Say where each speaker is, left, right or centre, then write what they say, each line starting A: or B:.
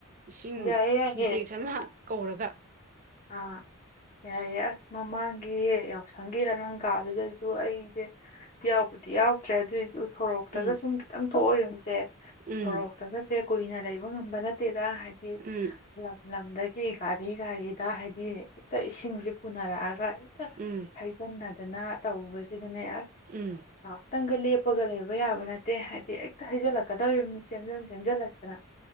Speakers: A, on the right; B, on the left.
A: ꯏꯁꯤꯡ
B: ꯌꯥꯏꯌꯦ ꯌꯥꯏꯌꯦ
A: ꯁꯤꯟꯇꯦꯛꯁ ꯑꯃ ꯀꯧꯔꯒ꯫
B: ꯑꯥ ꯌꯥꯏꯌꯦ ꯑꯁ ꯃꯃꯥꯡꯒꯤ ꯌꯥꯎꯁꯪꯒꯤ ꯍꯂꯪꯀꯥꯗꯨꯗꯁꯨ ꯑꯩꯁꯦ ꯌꯥꯎꯕꯨꯗꯤ ꯌꯥꯎꯗ꯭ꯔꯦ ꯑꯗꯨꯑꯣꯏꯁꯨ ꯎꯊꯣꯔꯛ
A: ꯎꯝ
B: <unintelligible> ꯁꯨꯝ ꯈꯤꯇꯪ ꯊꯣꯛꯑ ꯌꯦꯡꯕꯁꯦ
A: ꯎꯝ
B: ꯁꯣꯔꯣꯛꯇꯒꯁꯦ ꯀꯨꯏꯅ ꯂꯩꯕ ꯉꯝꯕ ꯅꯠꯇꯦꯗ ꯍꯥꯏꯗꯤ
A: ꯎꯝ
B: ꯂꯝ ꯂꯝꯗꯒꯤ ꯒꯥꯔꯤ-ꯒꯥꯔꯤ ꯍꯦꯛꯇ ꯍꯥꯏꯗꯤ ꯍꯦꯛꯇ ꯏꯁꯤꯡꯁꯦ ꯄꯨꯅꯔꯛꯑꯒ ꯏꯛꯇ
A: ꯎꯝ
B: ꯍꯩꯖꯤꯟꯅꯗꯅ ꯇꯧꯕꯁꯤꯗꯅꯦ ꯑꯁ
A: ꯎꯝ
B: ꯉꯥꯛꯇꯪꯒ ꯂꯦꯞꯄꯒ ꯂꯩꯕ ꯌꯥꯕ ꯅꯠꯇꯦ ꯍꯥꯏꯗꯤ ꯍꯦꯛꯇ ꯍꯩꯖꯤꯜꯂꯛꯀꯗꯧꯔꯤꯕꯅꯤ ꯆꯦꯟꯖꯟ ꯆꯦꯟꯁꯤꯜꯂꯛꯇꯅ